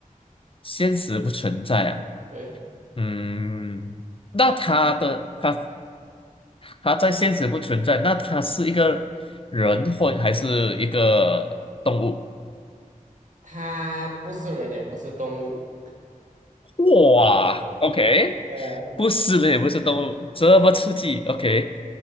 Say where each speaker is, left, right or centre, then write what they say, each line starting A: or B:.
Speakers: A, on the left; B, on the right.
A: 现实不存在啊。
B: 对，
A: 嗯，那它的它它在现实不存在，那它是一个人或还是一个动物？
B: 它不是人也不是动物，
A: 哇，OK，
B: 呃，
A: 不是人也不是动物，这么刺激，OK，